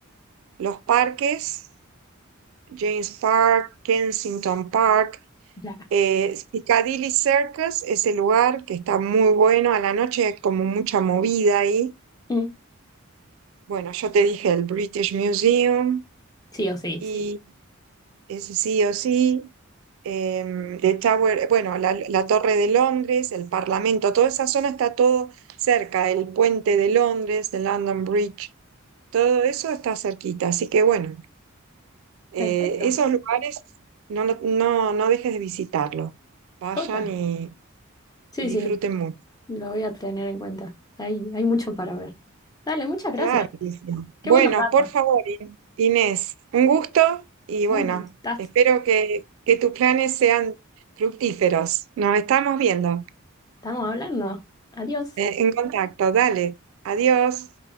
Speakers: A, on the right (about 65°); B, on the left (about 20°).
A: los parques, James Park, Kensington Park,
B: claro.
A: Eh, Piccadilly Circus es el lugar que está muy bueno. A la noche hay como mucha movida ahí.
B: Mm,
A: Bueno, yo te dije el British Museum
B: Sí o sí,
A: y
B: sí.
A: ese sí o sí. em, the Tower, bueno, la, la Torre de Londres, el Parlamento, toda esa zona está todo cerca. El Puente de Londres, el London Bridge, todo eso está cerquita. Así que bueno, eh,
B: Perfecto.
A: esos lugares no, no, no dejes de visitarlos. Vayan
B: Joya.
A: y
B: Sí,
A: y
B: sí,
A: disfruten mucho.
B: lo voy a tener en cuenta. Hay, hay mucho para ver. Dale, muchas gracias.
A: Claro. que sí.
B: Qué
A: Bueno,
B: buenos datos.
A: por favor, In- Inés, un gusto y bueno,
B: Un gustazo.
A: espero que, que tus planes sean fructíferos. Nos estamos viendo
B: Estamos hablando. Adiós.
A: eh, en contacto. Dale, adiós.